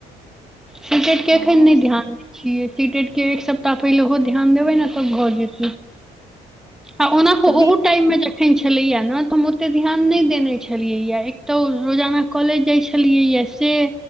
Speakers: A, in the centre; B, on the right (about 20°).
A: सिटेट के एखन
B: हँ
A: नहि ध्यान दैछिये छियै सीटेट के एक सप्ताह पहिलेहो ध्यान देबै ने तऽ भऽ जेतै ह ओना
B: तऽ
A: ओहो
B: बी
A: टाइममे जे एन छलेया ने तऽ हम ओते ध्यान नहि देने छलियै या एक तो रोजाना कॉलेज जाय छलियै या से